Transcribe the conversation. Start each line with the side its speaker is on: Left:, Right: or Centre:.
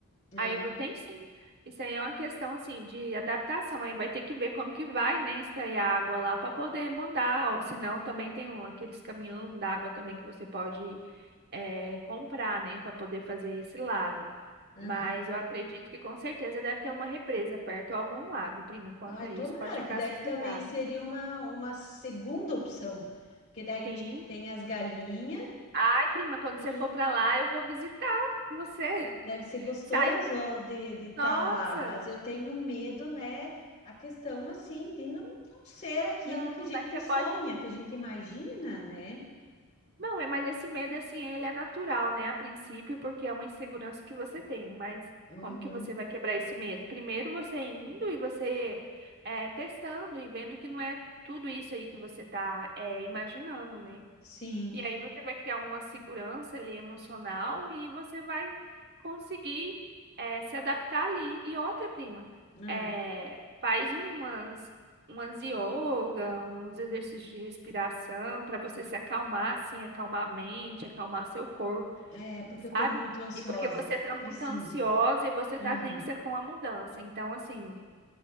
Left: Ah,
Right: Aí eu- tem sim. Isso aí é uma questão assim de adaptação. Aí vai ter que ver como que vai, né, extrair a água lá para poder mandar. Ou senão também tem um- aqueles caminhão d'água também que você pode eh, comprar, né, para poder fazer esse lago.
Left: aham.
Right: Mas eu acredito que com certeza deve ter uma represa perto ou algum lago, prima. Enquanto
Left: Ai,
Right: é
Left: tomara,
Right: isso, pode ficar
Left: que daí
Right: sossegada.
Left: também seria uma, uma segunda opção. Porque daí,
Right: Sim.
Left: tipo, tem as galinhas
Right: Ai, prima, quando
Left: e
Right: você for para lá, eu vou visitar você.
Left: Deve ser
Right: <laughs>
Left: gostoso
Right: Saiu.
Left: de estar
Right: Nossa!
Left: lá, mas eu tenho medo, né? A questão assim de não, não ser aquilo
Right: Não,
Left: que a gente
Right: mas você
Left: sonha,
Right: pode
Left: que a gente imagina, né?
Right: Não, é- mas esse medo, assim, ele é natural, né, a princípio, porque é uma insegurança que você tem, mas
Left: Uhum.
Right: como que você vai quebrar esse medo? Primeiro você indo e você é, testando e vendo que não é tudo isso aí que você tá é, imaginando, né?
Left: Sim,
Right: E aí você vai criar uma segurança ali emocional e você vai conseguir eh, se adaptar ali. E outra, prima,
Left: Ah,
Right: eh, faz umas, umas yoga, uns exercícios de respiração para você se acalmar, assim, acalmar a mente, acalmar seu corpo,
Left: é porque
Right: sabe?
Left: eu estou muito ansiosa.
Right: E porque você tá muito
Left: Preciso.
Right: ansiosa e você
Left: Aham,
Right: tá tensa com a mudança. Então, assim,